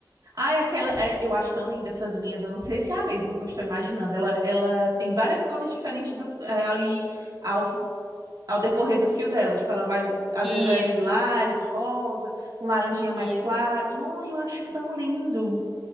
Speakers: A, on the right (about 60°); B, in the centre.
A: Ai, aquela, é, eu acho tão linda essas linhas. Eu não sei se é a mesma que eu estou imaginando. Ela, ela tem várias cores diferentes do- é, ali ao, ao decorrer do fio dela. Tipo, ela vai, às
B: <laughs>
A: vezes é lilás,
B: Isso,
A: rosa, um laranjinha mais
B: isso.
A: claro. Não, eu acho tão lindo.